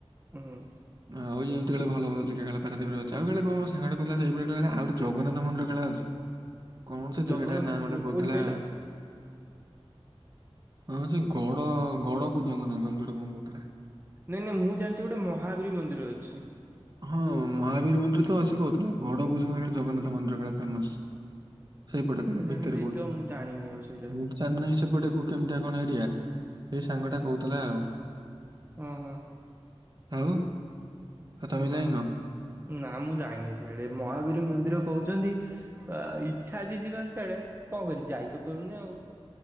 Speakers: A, on the right; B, on the right.
A: ଅଁହଁ।
B: ଆଉ ଏମତି କାଳେ ଭଲ ଭଲ ଜେଗା କାଳେ ପାରାଦୀପରେ ଅଛି। ଆଉ ହେଳେ କଁ ସାଙ୍ଗଟେ କଉଥୁଲା ସେଇ ପଟ ଆଡ଼େ ଆଉ ଟେ ଜଗନ୍ନାଥନ୍ଦିର କାଳେ ଅଛି। କଣ ସେ ଜାଗାଟା
A: ଜଗନ୍ନାଥ
B: ନାଁ
A: ମନ୍ଦିର
B: ଗୋଟେ କହୁଥିଲା
A: କୋଉଠି କହିଲ?
B: ହଁ ସେ ଗଡ଼ ଗଡ଼ କୂଜଙ୍କ ନାଁ କଁ ଏମିତି କଁ କୋଉଥୁଲା।
A: ନାଇଁ ନାଇଁ ମୁଁ ଜାଣିଚି ଗୋଟେ ମହାବୀର ମନ୍ଦିର ଅଛି।
B: ହୁଁ ମହାବୀର ମନ୍ଦିର ତ ଅଛି କହୁଥୁଲେ ବଡ଼ କୁଜଙ୍ଗରେ ଜଗନ୍ନାଥ ମନ୍ଦିର କାଳେ ଫେମସ୍। ସେଇପଟେ ଗଲେ
A: କେଜାଣି
B: ଭିତରକୁ।
A: ହେଇଥିବ ମୁଁ ଜାଣିନ ଆଉ ସେଇଠୁ।
B: ମୁଁ ତ ଜାଣି ନେଇ ସେପଟକୁ କେମିତିଆ କଣ ଏରିଆ ହେଇ ସାଙ୍ଗଟା କହୁଥିଲା ଆଉ‌।
A: ଓ ହଁ
B: ଆଉ? ଆଉ ତମେ
A: ନାଇଁ
B: ଯାଇନ
A: ନାଁ ମୁଁ ଯାଇନି ସିଆଡ଼େ ମହାବୀର ମନ୍ଦିର କହୁଚନ୍ତି ଆ ଇଚ୍ଛା ଅଛି ଯିବାର ସିଆଡ଼େ କଁ କରି ଯାଇ ତ ପାରୁନି ଆଉ।